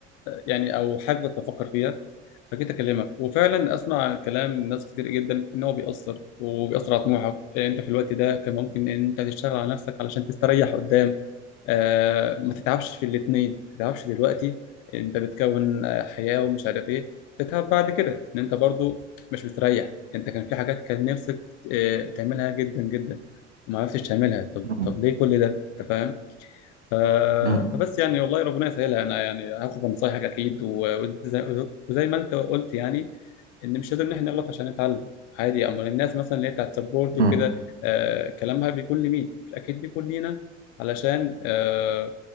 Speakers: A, on the left (about 45°); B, on the right (about 75°).
A: يعني او حاجه كنت بفكر فيها فجيت اكلمك وفعلا اسمع كلام ناس كتير جدا ان هو بيأثر وبيأثر على طموحك إيه، انت في الوقت ده كان ممكن ان انت تشتغل على نفسك علشان تستريح قدام آه، ما تتعبش في الاثنين ما تتعبش دلوقتي انت بتكون آه، حياة ومش عارف ايه تتعب بعد كده ان انت برضو مش بتريح انت كان في حاجات كان نفسك آه، تعملها جدا جدا وما عرفتش تعملها طب
B: م-
A: طب ليه كل ده انت فاهم ف...
B: م-
A: فبس يعني والله ربنا يسهلها انا يعني هاخد من نصايحك اكيد و... وزي... وزي ما انت قلت يعني ان مش لازم ان احنا نغلط عشان نتعلم عادي اما الناس مثلا اللي هي بتاعت سبورت وكده
B: م-
A: آه كلامها بيكون لمين مش اكيد بيكون لينا علشان آه